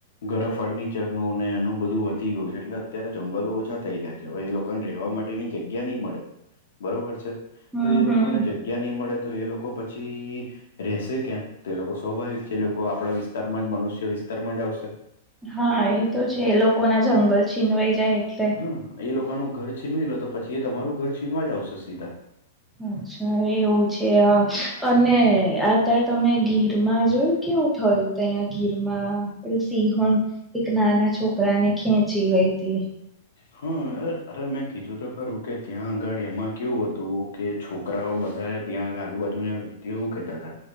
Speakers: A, on the left; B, in the centre.
A: ઘરે ફર્નિચરનું અને એનું બધું વધી ગયું છે એટલે અત્યારે જંગલો ઓછા થઈ રહ્યા છે. હવે એ લોકોને રહેવા માટેની જગ્યા નહી મળે બરોબર છે?
B: હમ
A: તો એ
B: હમ
A: લોકોને જગ્યા નહી મળે તો એ લોકો પછી રહેશે ક્યાં? તો એ લોકો સ્વાભાવિક છે એ લોકો આપણા વિસ્તારમાં જ મનુષ્ય વિસ્તારમાં જ આવશે.
B: હા એ તો છે. એ લોકોના જંગલ છીનવાઈ જાય એટલે
A: હમ. એ લોકોનું ઘર છીનવી લો તો પછી એ તમારું ઘર છીનવા જ આવશે સીધા.
B: અચ્છા. એવું છે. અ અને અત્યારે તમે ગીરમાં જોયું કેવું થયું તંયા ગીરમાં સિંહણ એક નાના છોકરાને ખેંચી ગઈતી. <inaudible>
A: હા, અ અરે મેં કીધું તો ખરું કે ત્યાં આગળ એમાં કેવું હતું કે છોકરાઓ બધા ત્યાં આગળ આજુબાજુ વ્યક્તિઓ એવું કહેતાતા